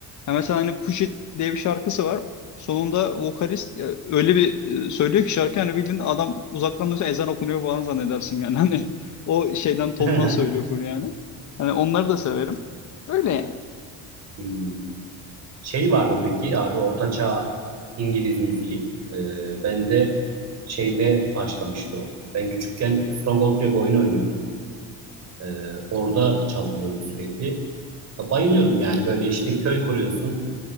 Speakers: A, on the left; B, on the right.
A: Ya mesela hani Push It diye bir şarkısı var. Sonunda vokalist ya, öyle bir e, söylüyor ki şarkı hani bildiğin adam uzaktan duysa ezan okunuyor falan zannedersin yani. <laughs> Hani o şeyden tondan
B: <laughs>
A: söylüyor full yani. Hani onları da severim. Öyle yani.
B: Hmm. Şey var mı peki abi ortaçağ İngiliz müziği? Ee, ben de şeyde başlamıştı o. Ben küçükken Stronghold diye bir oyun oynuyordum. Ee, orada çalıyordu sürekli. Bayılıyordum yani böyle işte köy kuruyorsun,